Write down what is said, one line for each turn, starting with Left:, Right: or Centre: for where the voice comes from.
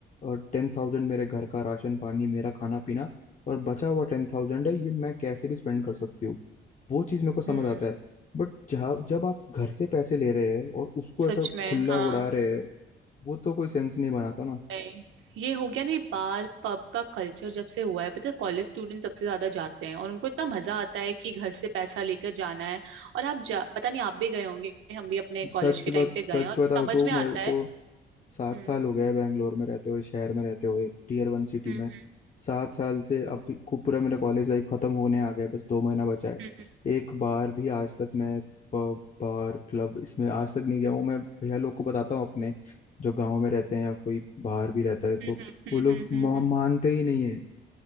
Left: और टेन थाउजेंड मेरे घर का राशन पानी मेरा खाना पीना और बचा हुआ टेन थाउजेंड है ये मैं कैसे भी स्पेंड कर सकती हूँ वो चीज़ मेरे को समझ
Right: हम्म
Left: आता है बट जहाँ जब आप घर से पैसे ले रहे हैं और उसको
Right: सच
Left: ऐसा
Right: में
Left: खुला
Right: हाँ
Left: उड़ा रहे हैं वो तो कोई सेंस नहीं बनाता ना
Right: नहीं ये हो गया नहीं बार पब का कल्चर जब से हुआ है पता है कॉलेज स्टूडेंट सबसे ज्यादा जाते हैं और उनको इतना मजा आता है कि घर से पैसा लेकर जाना है और आप जा पता नहीं आप भी गए होंगे हम भी अपने
Left: सच
Right: कॉलेज के
Left: बात
Right: टाइम पे
Left: सच
Right: गए हैं और
Left: बताओ
Right: समझ
Left: तो
Right: में आता
Left: मेरे को
Right: है
Left: सात
Right: हम्म
Left: साल हो गया है बैंगलोर में रहते हुए शहर में रहते हुए टीयर वन सिटी
Right: हम्म
Left: में सात साल से अब भी- खूब पूरा मेरा कॉलेज लाइफ खत्म होने आ गया है, बस दो महीना बचा है
Right: हम्म
Left: एक बार भी आज तक मैं पब बार क्लब इसमें आज तक नहीं गया हूँ मैं भैया लोग को बताता हूँ अपने जो गाँव में रहते हैं या कोई बाहर भी रहता है
Right: हम्म
Left: तो
Right: हम्म
Left: वो
Right: हम्म
Left: लोग
Right: हम्म हम्म हम्म, हम्म, हम्म, हम्म। हम्म,
Left: मा-
Right: हम्म, हम्म, हम्म,
Left: मानते ही नहीं है